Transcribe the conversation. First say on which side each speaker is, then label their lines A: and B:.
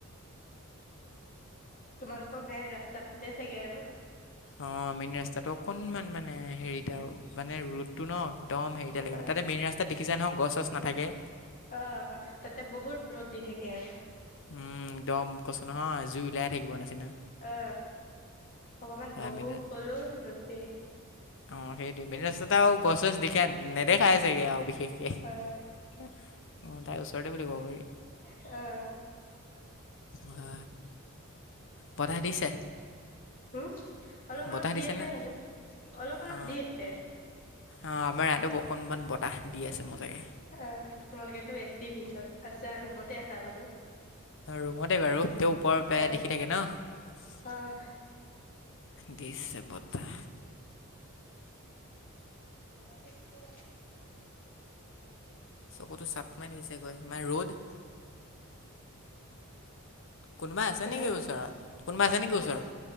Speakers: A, on the left; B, on the left.
A: তোমালোকৰ মেইন ৰাস্তাটোতে চাগে আৰু।
B: অ' মেইন ৰাস্তাটো অকনমান মানে হেৰিত আৰু মানে ৰুদটো ন' একদম হেৰি তেতিয়ালৈকে,
A: অ',
B: তাতে মেইন ৰাস্তাত দেখিছা নহয় গছ চছ নাথাকে।
A: অ' তাতে বহুত ৰ'দ দি থাকে আৰু।
B: উম, একদম কৈছোঁ নহয়। জুই ওলাই থাকিব নিচিনা
A: আ, অকমান বহু
B: মেইন
A: ক'লো ৰ'দে।
B: অ' সেইটোৱে। মেইন ৰাস্তাতে আৰু গছ ছজ দেখীয়া নেদেখাই চাগে আৰু বিশেষকে।
A: অ',
B: অ' তাৰ ওচৰতে বুলি ক'ব পাৰি।
A: অ'।
B: আ, বতাহ দিছে।
A: হু, অলপ
B: বতাহ
A: অলপ দি
B: দিছেনে
A: আছে বাৰু, অলপ অলপ
B: অ
A: দি আছে।
B: অ' আমাৰ ইয়াতো অকনমান বতাহ দি আছে মজাকে।
A: অ' তোমালোকেতো এচি ভিতৰত আছা, ৰুমতে আছা বাৰু।
B: ৰুমতে বাৰু। তেওঁ ওপৰৰ প্ৰায়
A: অ',
B: দেখি থাকে ন'।
A: অ',
B: দিছে বতাহ।
A: তাকে
B: চকুটো চাপ মাৰি ধৰিছেগৈ, সিমান ৰ'দ। কোনোবা আছে
A: হেল্ল'
B: নেকি
A: আ,
B: ওচৰত কোনোবা আছে নেকি ওচৰত